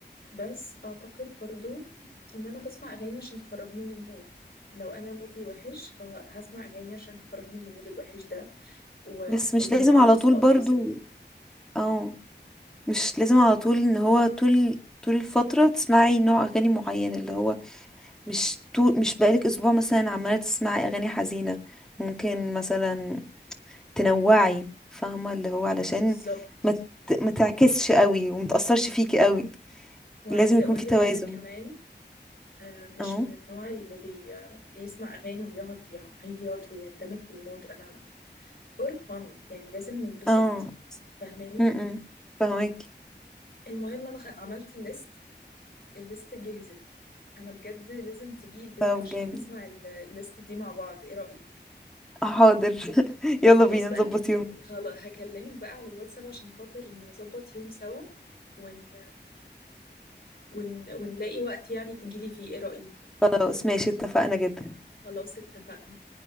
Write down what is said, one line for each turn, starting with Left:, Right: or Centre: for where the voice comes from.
Left: بس أعتقد برضو إن أنا بسمع أغاني عشان تخرجني من المود لو أنا مودي وحش فهسمع أغاني عشان تخرجني من المود الوحش ده وتخليني
Centre: بس مش لازم
Left: أرقص
Centre: على طول
Left: وأتبسط
Centre: برضو او مش لازم على طول ان هو طول طول الفترة تسمعي نوع اغاني معين اللي هو مش طول مش بقالك اسبوع مثلا عمالة تسمعي اغاني حزينة ممكن مثلا تنوعي فاهمة اللي هو علشان
Left: بالظبط
Centre: ما ت- ما تعكسش قوي وما تأثرش فيكي قوي
Left: وعايزة
Centre: لازم يكون
Left: أقولك
Centre: في توازن
Left: أنا كمان آه، مش
Centre: اهو
Left: من النوع اللي بي... بيسمع أغاني ويقعد يعيط ويندمج في المود أنا فور فن يعني لازم ننبسط
Centre: اه
Left: فاهماني
Centre: م- م. فاهمك
Left: المهم أنا خ- عملت الليست الليست جهزت انا بجد لازم تجي البيت
Centre: طب
Left: عشان
Centre: جامد
Left: نسمع ال- الليست دي مع بعض ايه رأيك
Centre: حاضر <laughs> يلا
Left: خلاص
Centre: بينا
Left: بقى
Centre: نظبط
Left: هكل...
Centre: يوم
Left: خلاص هكلمك بقى على الواتساب عشان خاطر نظبط يوم سوا ون... ون... ونلاقي وقت يعني تجيلي فيه ايه رأيك
Centre: خلاص ماشي اتفقنا جدا
Left: خلاص اتفقنا